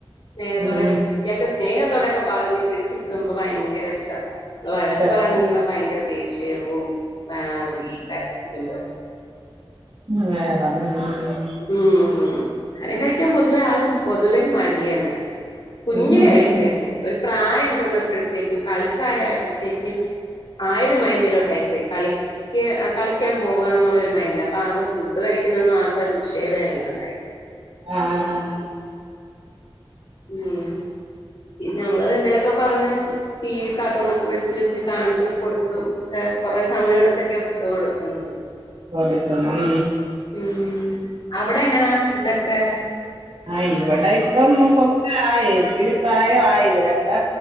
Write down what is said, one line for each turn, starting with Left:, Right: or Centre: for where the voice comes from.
Left: സ്നേഹത്തോടൊക്കെ
Right: ഉം ഉം
Left: പിടിച്ച് ഇയാക്ക് സ്നേഹത്തോടൊക്കെ പറഞ് പിടിച്ചിരുത്തുമ്പോ ഭയങ്കര ഇഷ്ടാ വഴക്ക്
Right: ഉം.
Left: പറയാൻ നിന്നാ ഭയങ്കര ദേഷ്യവും ആഹ് ഈ കരച്ചിലും
Right: ഉം വേള ഉം ഉം ഉം
Left: ഉം ആഹാരം കഴിക്കാൻ പൊതുവെ ആള് പൊതുവെ മടിയനാ കുഞ്ഞിലെ
Right: ഉം ഉം
Left: കഴിക്കുവായ്രുന്നു
Right: ഉം
Left: ഒരു പ്രായം ചെന്നപ്പെഴത്തേക്കും കളിപ്രായായപ്പെയത്തേക്കും ആയിരം മൈന്റിലോട്ടായി കളിക്ക് കളിക്കാൻ പോകണം എന്നുള്ളൊരു മൈൻഡിലാ അപ്പൊ അത് ഫുഡ് കഴിക്ക്ണെന്നും ഒരു വിഷയവേ അല്ലാണ്ടായി
Right: ആഹ്
Left: ഉം പിന്നെ ഞങ്ങള് എന്തേലൊക്കെ പറഞ്ഞ് ടി വി കാർട്ടൂണ് ഒക്കെ വിളിച്ച് വെച്ച് കാണിച്ച് കൊടുത്തും ക്ക് കൊറെേ സമയടുത്തൊക്കെ ഫുഡ്‌ കൊടുക്ക്ന്നത്
Right: കൊടുക്കണം
Left: ഉം അവടെ എങ്ങനാ ഫുഡക്കെ
Right: ആഹ് ഇവിടെ ഇപ്പം കാെ ആയി ഇച്ചിരിപ്രായവായി ഇവരൊക്കെ